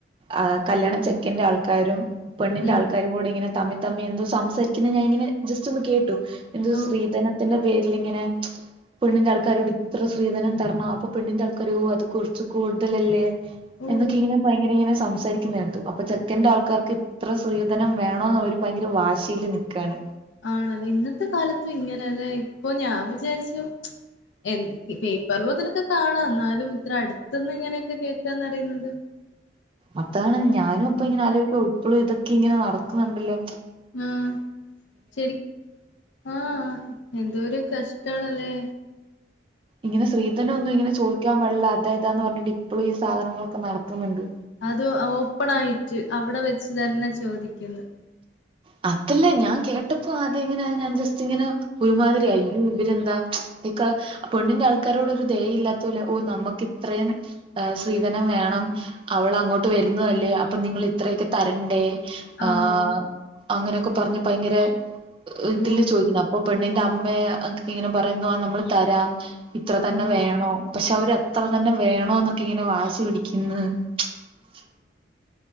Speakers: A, on the right (about 30°); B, on the left (about 85°).
A: ആ കല്യാണം ചെക്കന്റെ ആൾക്കാരും പെണ്ണിന്റെ
B: ഉം
A: ആൾക്കാരും കൂടി ഇങ്ങനെ തമ്മി തമ്മി എന്തോ സംസാരിക്കുന്ന ഞാനിങ്ങനെ ജസ്റ്റ് ഒന്ന് കേട്ടു. എന്തോ
B: ഓ
A: ശ്രീധനത്തിന്റെ പേരിലിങ്ങന പെണ്ണിന്റെ
B: ഓ
A: ആൾക്കാരോട് ഇത്ര ശ്രീധനം തർണോ അപ്പൊ പെണ്ണിന്റെ ആൾക്കാര് ഓ അത് കൊറച്ച് കൂടുതലല്ലേ
B: ഓ
A: എന്നൊക്കെ ഇങ്ങനെ ഭയങ്കര ഇങ്ങനെ സംസാരി ക്കുന്നെ കേട്ടു അപ്പൊ ചെക്കന്റെ ആൾക്കാർക്ക് ഇത്ര ശ്രീധനം വേണോന്നവര് ഭയങ്കര വാശീല് നിക്കാണ്.
B: ആണല്ലേ ഇന്നത്തെ കാലത്തും ഇങ്ങനല്ലേ ഇപ്പൊ ഞാൻ വിചാരിച്ചു ച്ച് എന്ന് ക് പേപ്പറിലു അതിലെക്കെ കാണാ ന്നാലും ഇത്ര അടുത്ത്ന്ന് ഇങ്ങനെയക്കെ കേക്കാന്നറിയുന്നത്
A: അതാണ് ഞാനു ഇപ്പ
B: ഉം
A: ഇങ്ങനെ ആലോചി ക്ക്വഇപ്പളും ഇതൊക്കെ ഇങ്ങനെ നടക്ക്ന്ന്ണ്ടല്ലോ
B: ആഹ് ശരി ആഹ് എന്തോ ഒര് കഷ്ടണല്ലേ?
A: ഇങ്ങനെസ്ത്രീധനം ഒന്നുംഇങ്ങനെചോദിക്കാൻ പാടില്ല അതായിതാന്ന് പറഞ്ഞിട്ട് ഇപ്പോളുംഈ സാധനങ്ങളൊക്കെ നടക്കുന്നുണ്ട്.
B: അത് ഓപ്പ ണായിട്ട് അവിടെ വെച്ച് തന്നെ ചോദിക്കുന്ന്.
A: ചെഅതല്ലേ ഞാൻ കേട്ടപ്പോ ആദ്യ ഇവര്ഇങ്ങനെ ഞാൻ ജസ്റ്റ് ഇങ്ങനെ ഒരുമാതിരി യായി ഇ യ്യോ ഇവരെന്താ ച് ഇക്ക പണ്ണിന്റെ ആൾക്കാരോട് ഒരു ദയ ഇല്ലാത്ത പോല ഓഹ് നമുക്ക് ഇത്രേ ന്ന് അഹ് ശ്രീധനം വേണം അവൾ അങ്ങോട്ട് വരുന്നതല്ലേ അപ്പൊ നിങ്ങളി ഇത്രയക്കെ തരണ്ടേ ആ
B: ആഹ്
A: അങ്ങനെയൊക്കെ പറഞ്ഞു ഭയങ്കര ഇതില്
B: ഓ
A: ചോദിക്കണ അപ്പൊ പെണ്ണിന്റെ അമ്മേ കെഇങ്ങനെ പറയുന്നു ആഹ് നമ്മള് തരാം ഇത്ര തന്നെ
B: ആഹ്
A: വേണോ പക്ഷെ അവര്ത്ര തന്നെ വേണോന്നൊക്കെ ഇങ്ങനെ വാശി പിടിക്കുന്ന് <inaudible>